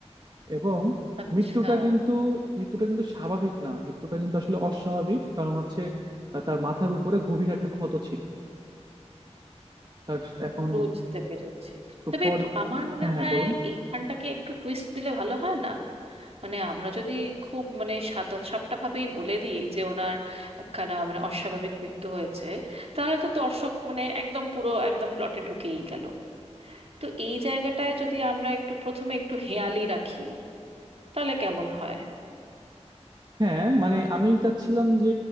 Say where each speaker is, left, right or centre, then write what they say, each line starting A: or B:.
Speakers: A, on the right; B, on the right.
A: এবং
B: আচ্ছা
A: মৃত্যুটা কিন্তু মৃত্যুটা কিন্তু স্বাভাবিক না মৃত্যুটা কিন্তু আসলে অস্বাভাবিক কারণ হচ্ছে আহ, তার মাথার উপরে গভীর একটা ক্ষত ছিল তার এখন
B: বুঝতে পেরেছি
A: তো
B: তবে
A: পর
B: প্র- আমার মনে
A: হ্যাঁ হ্যাঁ
B: হয়
A: বলুন
B: এইখানটাকে একটু টুইস্ট দিলে ভালো হয় না মানে আমরা যদি খুব মানে সাদা সাপটা ভাবেই বলে দিই যে ওনার একখানা মানে অস্বাভাবিক মৃত্যু হয়েছে তাহলে তো দর্শক মানে একদম পুরো একদম প্লটে ঢুকেই গেল তো এই জায়গাটায় যদি আমরা একটু প্রথমে একটু হেঁয়ালি রাখি তাহলে কেমন হয়
A: হ্যাঁ মানে আমি চাচ্ছিলাম যে